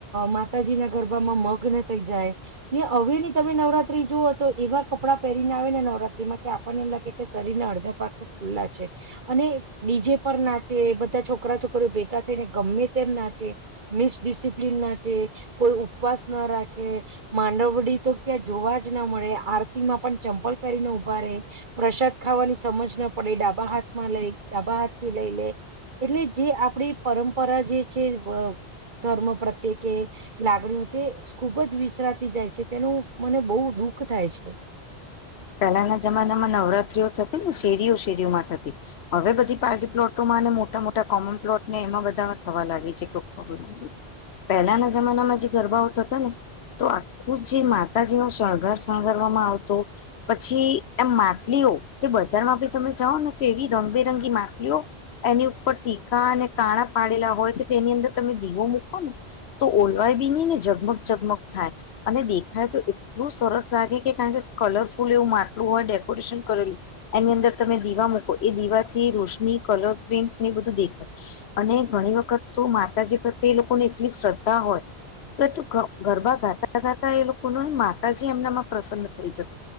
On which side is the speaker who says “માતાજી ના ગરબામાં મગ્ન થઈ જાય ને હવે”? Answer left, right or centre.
Right